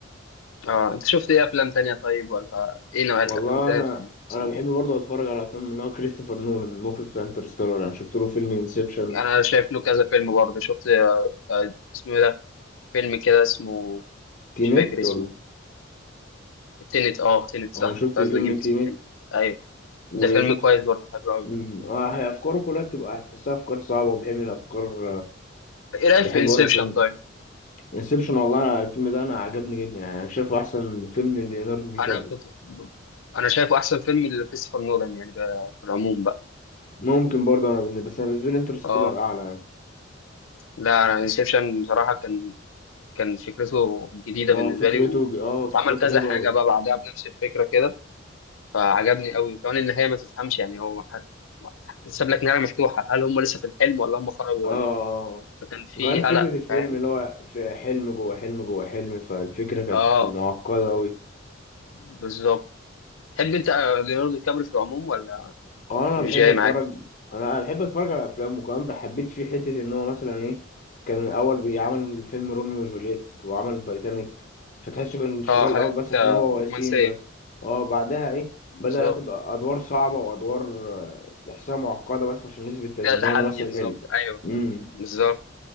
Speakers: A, on the left; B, on the left.
A: آه أنت شفت إيه أفلام تانية طيب ولا إيه نوعية
B: والله
A: الأفلام التانية
B: انا
A: اللي بتحبها
B: انا بحب برضه اتفرج على افلام اللي هو كريستوفر نولان المخرج بتاع انترستيلر انا شفت له فيلم انسبشن
A: انا شايف له كذا فيلم برضه شفت آه، آه، اسمه ايه ده فيلم كده اسمه
B: تينت
A: مش فاكر اسمه
B: ولا
A: التنت اه تنت صح
B: اه شفت
A: كنت
B: فيلم
A: عايز اجيب اسم
B: تينت
A: تاني ايوه
B: وشفت
A: ده فيلم كويس برضه حلو قوي
B: مم، اه هي افكاره كلها بتبقى هتحسها افكار صعبه وبيحب الافكار
A: ايه رايك
B: بيحب
A: في انسبشن
B: هو الافلام
A: طيب
B: دي انسبشن والله أنا الفيلم ده انا عجبني جدا يعني انا شايفه احسن فيلم ليوناردو دي كابري
A: انا كنت ب- انا شايفه احسن فيلم لكريستوفر نولان يعني بقى في العموم بقى
B: ممكن برضه انا بالنسبه بس انا بالنسبه لي انترستيلر
A: اه
B: اعلى يعني
A: لا انا انسبشن بصراحه كان كان فكرته جديده
B: اه
A: بالنسبه
B: فكرته
A: لي و...
B: اه
A: واتعمل
B: فكرته
A: كذا
B: حلوه
A: حاجه
B: قوي
A: بقى بعدها بنفس الفكره كده فعجبني قوي وكمان النهايه ما تفهمش يعني هو ح- ساب لك نهايه مفتوحه هل هم لسه في الحلم ولا هم خرجوا
B: اه
A: ولا فكان في
B: وكان
A: قلق
B: فكره الفيلم
A: فاهم
B: اللي هو في حلم جوه حلم جوه حلم فالفكره كانت
A: اه
B: معقده قوي
A: بالظبط تحب انت آه، ليوناردو دي كابري في العموم ولا
B: اه
A: مش
B: انا بحب
A: جاي
B: اتفرج
A: معاك
B: انا بحب اتفرج على افلام وكمان بحبيت فيه حته ان هو مثلا ايه كان الاول بيعمل فيلم روميو وجولييت وعمل تايتانيك فتحسه كان شغال
A: اه حاجات
B: الاول بس عشان
A: آه،
B: هو وسيم
A: رومانسيه
B: بس اه بعدها ايه
A: بالظبط
B: بدأ ياخد ادوار صعبه وادوار آه، تحسها معقده بس عشان نثبت ان
A: فيها تحدي
B: هو ممثل
A: بالظبط
B: حلو
A: ايوه
B: امم
A: بالظبط